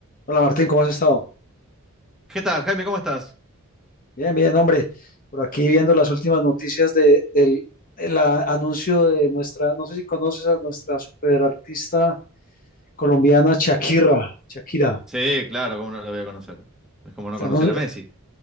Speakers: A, on the left (about 40°); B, in the centre.
A: Hola Martín, ¿cómo has estado?
B: ¿Qué tal, Jaime? ¿Cómo estás?
A: Bien, bien, hombre. Por aquí viendo las últimas noticias de, del el, ah, anuncio de nuestra, no sé si conoces a nuestra superartista colombiana Shakira. Shakira.
B: Sí, claro, ¿cómo no lo voy a conocer? Es como no
A: Está
B: conocer
A: anun-
B: a Messi.